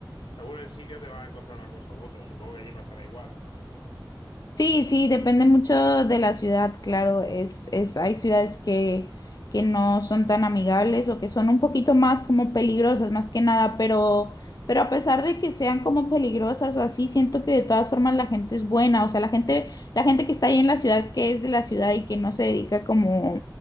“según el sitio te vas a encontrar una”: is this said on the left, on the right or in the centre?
Left